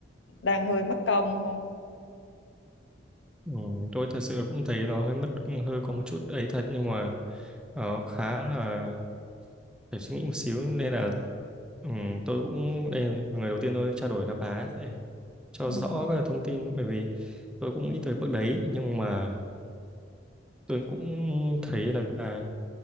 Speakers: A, on the left (about 65°); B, in the centre.
A: đang hơi mất công không?
B: ừ, tôi thật sự cũng thấy nó hơi mất hơi có một chút ấy thật nhưng mà ờ, khá là phải suy nghĩ một xíu nên là ừ, tôi cũng đây là người đầu tiên tôi trao đổi là bà ấy để cho
A: Ừ.
B: rõ các thông tin bởi vì tôi cũng nghĩ tới bước đấy nhưng mà tôi cũng thấy là là